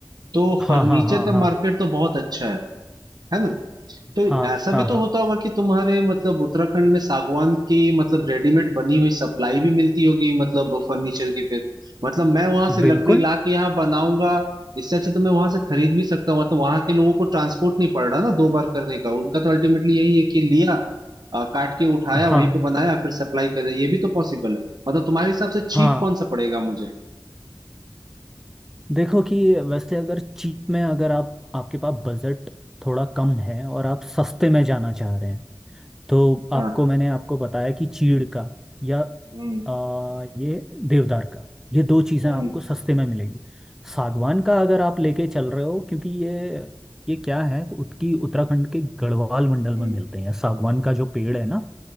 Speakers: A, on the right; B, in the centre.
A: तो
B: हाँ
A: फर्नीचर
B: हाँ हाँ
A: का
B: हाँ
A: मार्केट तो बहुत अच्छा है है ना तो
B: हाँ
A: ऐसा
B: हाँ
A: भी
B: हाँ
A: तो होता होगा कि तुम्हारे मतलब उत्तराखंड में सागवान की मतलब रेडीमेड बनी हुई सप्लाई भी मिलती होगी मतलब फर्नीचर की फिर मतलब मैं वहां से लकड़ी
B: बिल्कुल
A: ला के यहाँ बनाऊंगा इससे अच्छा तो मैं वहां से खरीद भी सकता हूँ तो वहां के लोगों को ट्रांसपोर्ट नहीं पड़ रहा ना दो बार करने का उनका तो अल्टीमेटली यही है कि लिया अ, काट के उठाया वहीं
B: हाँ
A: पे बनाया फिर सप्लाई कर दिया ये भी तो पॉसिबल है मतलब तुम्हारे हिसाब से चीप
B: हाँ
A: कौन सा पड़ेगा मुझे
B: देखो कि वैसे अगर चीप में अगर आप आपके पास बजट थोड़ा कम है और आप सस्ते में जाना चाह रहे हैं तो आपको
A: हाँ
B: मैंने आपको बताया कि चीड़ का या
A: हम्म
B: आ, ये देवदार का ये दो चीज़ें
A: हम्म
B: आपको सस्ते में मिलेगी सागवान का अगर आप लेके चल रहे हो क्योंकि ये ये क्या है उसकी उत्तराखंड के गढ़वाल मंडल में
A: हम्म
B: मिलते हैं सागवान का जो पेड़ है ना